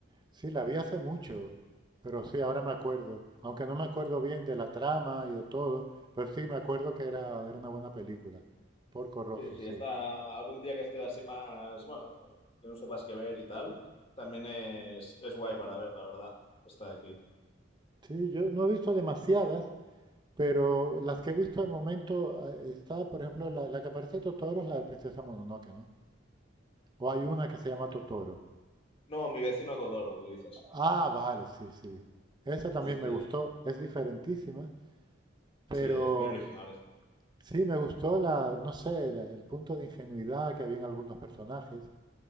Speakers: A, on the right; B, on the left.
A: Sí, la vi hace mucho, pero sí, ahora me acuerdo. Aunque no me acuerdo bien de la trama y de todo, pero sí me acuerdo que era, era una buena película. Porco Rosso,
B: Sí, sí,
A: sí.
B: está algún día que estés así más, bueno, que no sepas qué ver y tal, también es, es guay para ver, la verdad. Está aquí.
A: Sí, yo no he visto demasiadas, pero las que he visto de momento eh, está, por ejemplo, la, la que aparece Totoro es la de Princesa Mononoke, ¿no? O hay una que se llama Totoro.
B: No, mi vecino Todoro, tú dices.
A: Ah, vale, sí, sí. Esa también
B: Sí, sí,
A: me gustó, es diferentísima. Pero
B: sí, es muy original. esto.
A: sí, me gustó la, no sé, la- el punto de ingenuidad que había en algunos personajes.